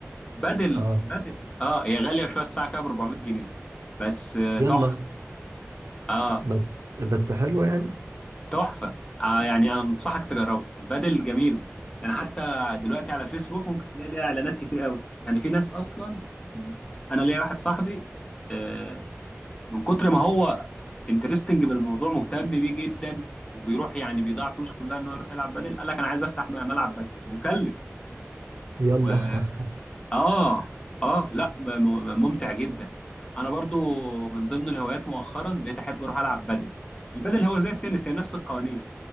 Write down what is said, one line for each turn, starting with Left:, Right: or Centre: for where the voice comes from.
Left: بدل
Right: اه
Left: بدل اه هي غاليه شويه الساعه فيها ب 400 جنيه بس آه،
Right: يلا
Left: تحفه اه
Right: بس بس حلوة يعني
Left: تحفه آه يعني انا انصحك تجربها البدل جميل يعني حتى دلوقتي على فيسبوك ممكن تلاقي ليها اعلانات كتير قوي يعني في ناس اصلا انا ليا واحد صاحبي آه، من كتر ما هو انترستنج بالموضوع مهتم بيه جدا وبيروح يعني بيضيع فلوسه كلها انه يروح يلعب بدل قال لك انا عايز افتح م- ملعب بدل مكلف
Right: يلا
Left: و
Right: <laughs>
Left: اه اه لا م- م- ممتع جدا انا برضو من ضمن الهوايات مؤخرا بقيت احب اروح العب بدل البدل هو زي التنس هي نفس القوانين